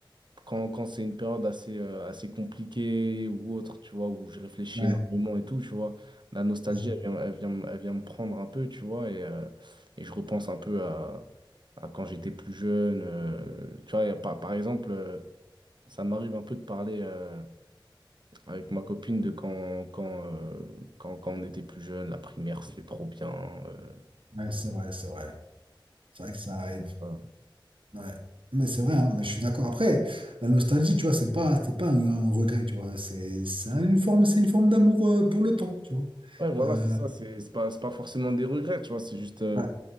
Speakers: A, on the right; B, on the right.
A: quand, quand c'est une période assez, euh, assez compliquée ou autre, tu vois, où je réfléchis
B: Ouais,
A: énormément et tout, tu vois, la nostalgie,
B: ouais,
A: elle vient, elle vient, me elle vient me prendre un peu, tu vois, et, euh, et je repense un peu à, à quand j'étais plus jeune. euh, tu vois, et par, par exemple, euh, ça m'arrive un peu de parler euh, avec ma copine de quand, quand, euh, quand, quand on était plus jeune, la primaire, c'était trop bien. euh,
B: ouais, c'est vrai, c'est vrai. C'est vrai que ça arrive.
A: tout ça.
B: Ouais, mais c'est vrai, hein, mais je suis d'accord. Après, la nostalgie, tu vois, c'est pas, c'est pas un, un regret, tu vois. C'est, c'est une forme, c'est une forme d'amour euh, pour le temps, tu vois.
A: Ouais, voilà,
B: Euh,
A: c'est ça, c'est c'est pas, c'est pas forcément des regrets, tu vois, c'est juste. euh,
B: ouais,